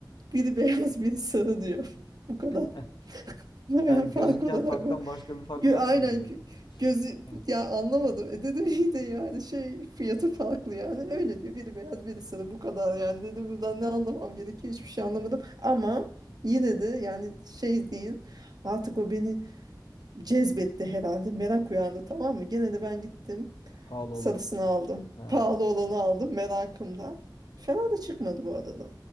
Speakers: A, on the right; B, on the left.
A: biri beyaz biri sarı diyor. <laughs> Bu kadar.
B: <laughs>
A: Yani
B: Yani
A: fark
B: gözüken
A: olarak
B: farktan
A: bu.
B: başka bir fark
A: Gö-
B: yok
A: aynen
B: mu diyor.
A: gö- gözü
B: Heh,
A: ya anlamadım. E dedim iyi de yani şey fiyatı farklı yani. Öyle diyor. Biri beyaz biri sarı bu kadar yani. Dedim buradan ne anlamam gerekiyor hiçbir şey anlamadım. Ama yine de yani şey değil. Artık o beni cezbetti herhalde. Merak uyandı tamam mı? Gene de ben gittim.
B: pahalı
A: Sarısını
B: olan.
A: aldım.
B: Ha.
A: Pahalı olanı aldım merakımdan. Fena da çıkmadı bu arada.